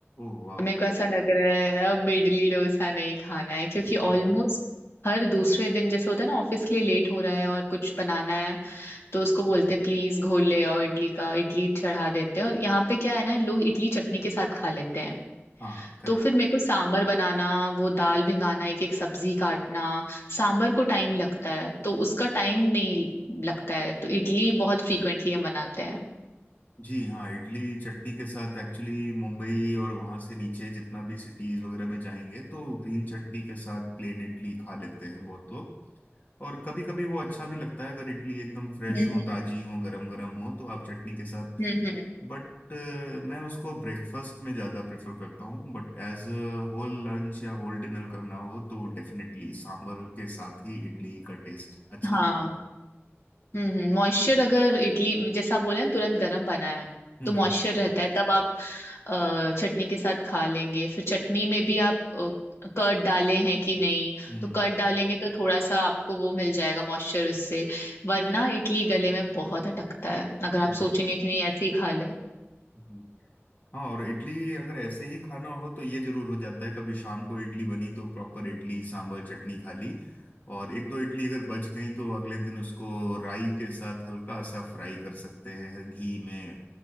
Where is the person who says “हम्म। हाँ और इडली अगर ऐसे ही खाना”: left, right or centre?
Left